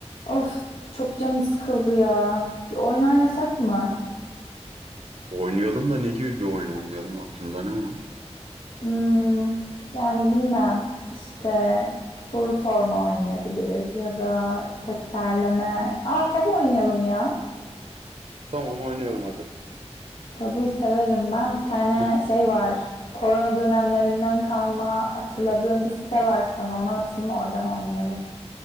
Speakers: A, on the left; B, on the right.
A: Of çok canım sıkıldı ya. Bir oyun oynasak mı?
B: Oynayalım da ne gibi bir oyun oynayalım? Aklında ne var?
A: Hmm, yani bilmem. İşte soru sorma oynayabiliriz ya da tekerleme. Aa tabu oynayalım ya.
B: Tamam oynayalım hadi.
A: Tabuyu severim. Ben bir tane
B: Heh,
A: şey var. Korona dönemlerinden kalma hatırladığım bir site var sana. Onu atayım oradan oynayalım.